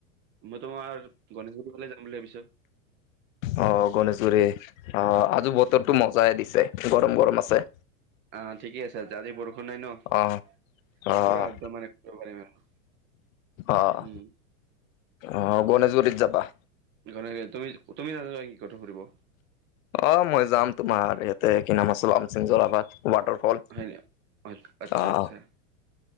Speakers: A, on the right (about 25°); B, on the left (about 70°).
A: মই তোমাৰ গনেশগুৰি ফালে যাম বুলি ভাবিছো।
B: অ', গণেশগুৰি অ' আজি বতৰটো মজাই দিছে, গৰম গৰম আছে।
A: আঁ, ঠিকে আছে আজি বৰষু ণ নাই ন
B: অ', অ',
A: পুৰা একদম মানে ফুৰিব পাৰিম আৰু।
B: অ',
A: উম।
B: অ', গণেশগুৰিত যাবা?
A: গণেশগুৰিত। তুমি তুমি নোযোৱা নেকি কতো ফুৰিব?
B: অ', মই যাম তোমাৰ ইয়াতে কি নাম আছিল অমচেম যোৰাবাট ৱাটাৰফল।
A: হয় নি? আচ্ছা
B: আহ
A: আচ্ছা।